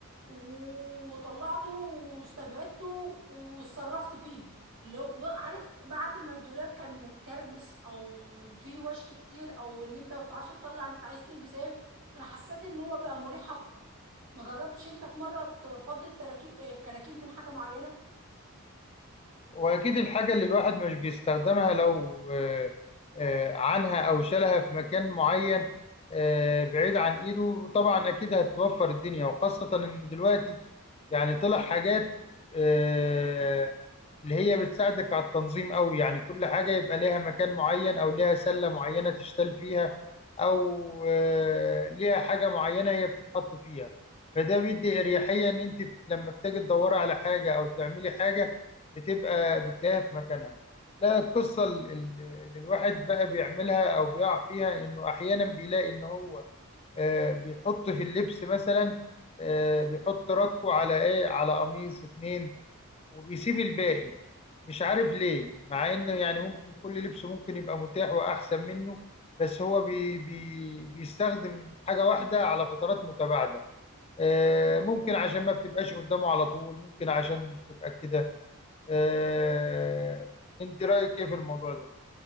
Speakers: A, on the right; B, on the left.
A: وطلعته واستبعدته واتصرفت فيه اللي هو ب- عارف بعد ما الدولاب كان متكربس او فيه وش كتير او ان انت ما بتعرفش تطلع انت عايز تلبس ايه انا حسيت ان هو بقى مريح اكتر ما جربتش انت في مره تفضي التراكيب الكراكيب من حاجه معينه
B: واكيد الحاجه اللي الواحد مش بيستخدمها لو آه، آه، عنها او شالها في مكان معين آه، بعيد عن ايده طبعا اكيد هتوفر الدنيا وخاصه ان دلوقتي يعني طلع حاجات آه، اللي هي بتساعدك على التنظيم قوي يعني كل حاجه يبقى ليها مكان معين او ليها سله معينه تشتال فيها او آه، ليها حاجه معينه هي بتتحط فيها فده بيدي اريحيه ان انت لما بتيجي تدوري على حاجه او تعملي حاجه بتبقى بتلاقيها في مكانها لا القصة ال- ال- اللي الواحد بقى بيعملها أو بيقع فيها إنه أحيانا بيلاقي إن هو آه، بيحط في اللبس مثلا آه، بيحط ركوة على إيه على قميص اتنين وبيسيب الباقي مش عارف ليه مع إنه يعني ممكن كل لبس ممكن يبقى متاح وأحسن منه بس هو بي بي بيستخدم حاجة واحدة على فترات متباعدة آه، ممكن عشان ما بتبقاش قدامه على طول ممكن عشان بتبقى كده آه، انت رايك ايه في الموضوع ده